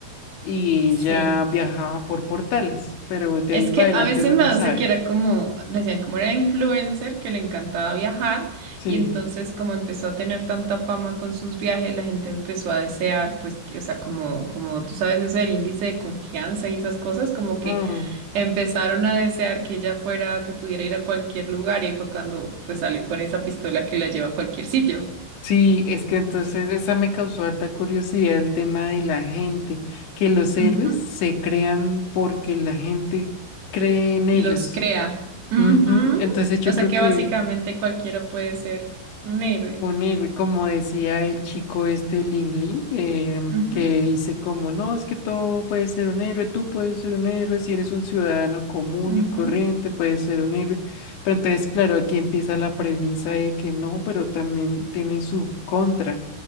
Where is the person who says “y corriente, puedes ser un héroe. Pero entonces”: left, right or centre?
Left